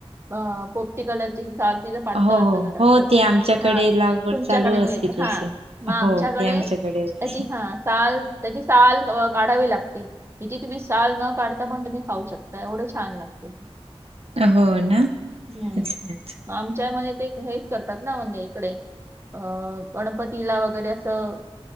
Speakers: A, on the right; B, on the right.
A: अ पोपटी कलरची साल तीचं पातळ
B: हो हो
A: असंत. जरासं
B: हो ते आमच्याकडे
A: हा
B: लागवड
A: तुमच्याकडे
B: चालू
A: मिळत
B: असते त्याची.
A: हा. मग आमच्याकडे
B: हो ते होती.
A: त्याची हा साल, त्याची साल काढावी लागते. हिची तुम्ही साल न काढता, पण तुम्ही खाऊ शकता एवढं छान लागत.
B: हो ना.
A: हम्म
B: अच्छा अच्छा
A: आमच्या मध्ये ते हेच करतात ना. म्हणजे कडे अ गणपतीला वगैरे असं